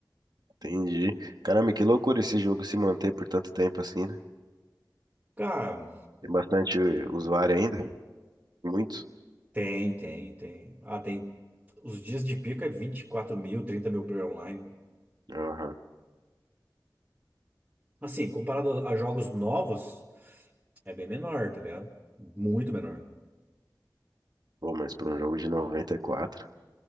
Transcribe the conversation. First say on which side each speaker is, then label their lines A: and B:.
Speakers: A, on the right; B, on the right.
A: Entendi. Caramba, que loucura esse jogo se manter por tanto tempo assim, né?
B: Cara,
A: Tem bastante usuário ainda? Muitos?
B: tem, tem, tem. Ah, tem. Os dias de pico é 24 mil, 30 mil player online.
A: Aham.
B: Assim, comparado a jogos novos, é bem menor, tá ligado? Muito menor.
A: Pô, mas para um jogo de noventa e quatro